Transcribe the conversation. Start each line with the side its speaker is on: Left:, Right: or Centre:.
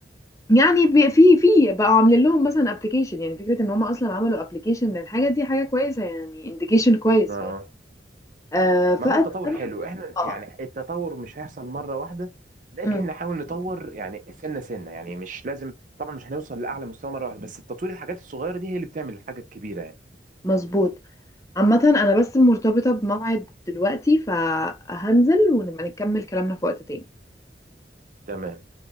Left: يعني بي- في في بقوا عاملين لهم مثلا ابلكيشن يعني فكره ان هم اصلا عملوا ابلكيشن للحاجه دي حاجه كويسه يعني انديكيشن كويس
Right: اه آه.
Left: آه فأتمنى
Right: ما هو التطور حلو احنا
Left: اه
Right: يعني التطور مش هيحصل مرة واحدة لكن
Left: أمم،
Right: نحاول نطور يعني سنة سنة يعني مش لازم طبعا مش هنوصل لأعلى مستوى مرة واحدة بس التطوير الحاجات الصغيرة دي هي اللي بتعمل الحاجة الكبيرة يعني
Left: مظبوط عامة أنا بس مرتبطة بموعد دلوقتي فهنزل ونبقى نكمل كلامنا في وقت تاني
Right: تمام